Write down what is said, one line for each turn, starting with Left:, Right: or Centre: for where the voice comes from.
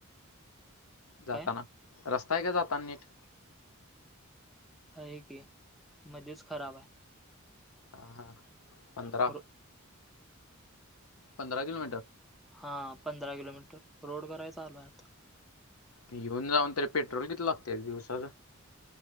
Left: जाताना,
Centre: काय
Left: रस्ताय हे का जातान नीट?
Centre: आहे की, मध्येच खराब हाय.
Left: हा हा, पंधरा.
Centre: रो
Left: पंधरा किलोमीटर?
Centre: हा पंधरा किलोमीटर, रोड कराय चालू हाय आता.
Left: येेऊन जाऊन तरी पेट्रोल किती लागतय रे दिवसाला?